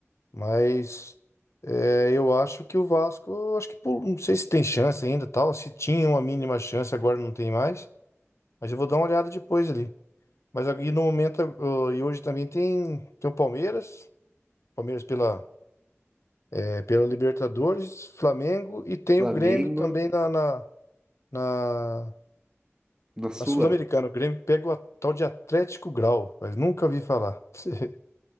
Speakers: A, on the left (about 70°); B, on the right (about 15°).
A: Mas é, eu acho que o Vasco, eu acho que pul- não sei se tem chance ainda, tal. Se tinha uma mínima chance, agora não tem mais. Mas eu vou dar uma olhada depois ali. Mas aqui no momento, ah, e hoje também tem, tem o Palmeiras, Palmeiras pela, é, pela Libertadores, Flamengo e tem
B: Flamengo,
A: o Grêmio também na, na, na,
B: na Sula.
A: na Sul-Americana. O Grêmio pega o a- tal de Atlético Grau, mas nunca vi falar. <laughs>